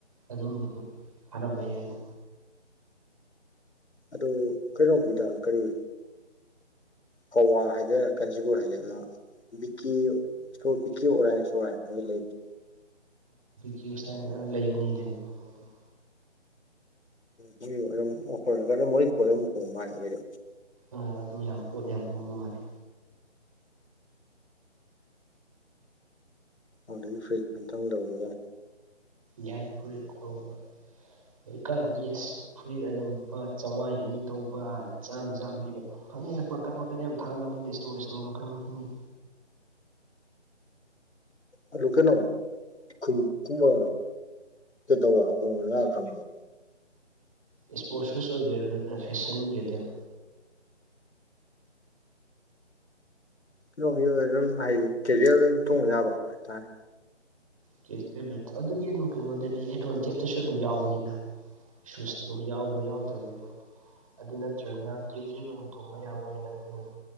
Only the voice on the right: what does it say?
ꯑꯗꯨꯝꯕꯗꯨ ꯐꯔꯝꯕ ꯌꯥꯏꯅ
ꯀꯦꯏꯁꯇꯥꯜ ꯂꯩꯕꯅꯤ ꯂꯩꯕꯅꯤ ꯈꯪꯉꯦ ꯑꯗꯨꯗꯤ
ꯑꯥ ꯑꯗꯨ ꯌꯥꯝ ꯄꯣꯠ ꯌꯥꯝ ꯍꯣꯡꯕ ꯃꯥꯜꯂꯦ
ꯌꯥꯏ ꯐꯨꯔꯤꯠ ꯍꯧꯕ ꯍꯧꯖꯤꯛꯀꯥꯟꯗꯤ ꯑꯁ ꯐꯨꯔꯤꯠ ꯑꯗꯨꯝ ꯂꯨꯄꯥ ꯆꯧꯉꯥꯏ ꯑꯅꯤ ꯇꯧꯕ ꯆꯥꯝ ꯆꯥꯝ ꯄꯤꯕ ꯐꯅꯤꯍꯦ ꯃꯀꯟ ꯃꯀꯜ ꯌꯥꯝ ꯊꯥꯂꯝꯃꯤꯗ ꯏꯁꯇꯣꯔ ꯏꯁꯇꯣꯔ ꯃꯈꯜ ꯃꯈꯜꯒꯤ
ꯏꯁꯄꯣꯔꯠ ꯁꯨꯁ ꯑꯣꯏꯗꯣꯏꯔꯣ ꯅꯠꯇ꯭ꯔꯅ ꯐꯦꯁꯟꯒꯤꯗꯣꯏꯔꯣ
ꯀꯦꯁ ꯄꯦꯃꯦꯟꯇꯣ ꯑꯗꯨꯗꯤ ꯑꯗꯨꯝ ꯀꯩꯅꯣꯗꯗꯤ ꯑꯦꯗꯚꯣꯟ ꯀꯦꯞꯇꯁꯨ ꯑꯗꯨꯝ ꯌꯥꯎꯕꯅꯤꯗ ꯁꯨꯁꯇꯨ ꯌꯥꯎꯕ꯭ꯔ ꯌꯥꯎꯗ꯭ꯔꯕꯩꯗ ꯑꯗꯨ ꯅꯠꯇ꯭ꯔꯒꯅ ꯀꯦꯖꯦꯜ ꯑꯣꯏꯅ ꯊꯣꯡꯕ ꯌꯥꯕ ꯑꯣꯏꯅ ꯀꯩꯅꯣꯗ